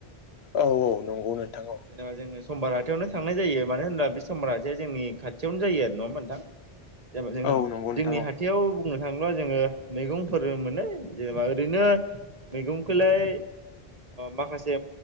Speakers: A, on the left; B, on the right.
A: औ औ नंगौ नोंथां।
B: औ जेनेबा जोङो समबार आथायावनो थांनाय जायो मानो होनब्ला बे समबार आाथा जोंनि खाथियावनो जायो आरो नङा नोंथां। जेना जों
A: औ नंगौ नोंथां
B: जोंनि
A: औ
B: हाथायाव बुंनो थाङोब्ला जोङो मैगंफोर मोनो जेनेबा ओरैनो मैगंखौलाय माखासे